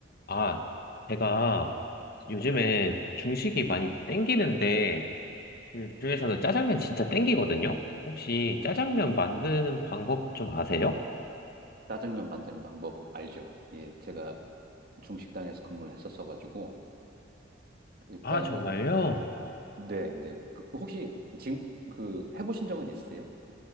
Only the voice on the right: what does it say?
짜장면 만드는 방법 알죠? 예, 제가 중식당에서 근무를 했었어가지고 일단은
네, 네. 그, 혹시 지금 그 해보신 적은 있으세요?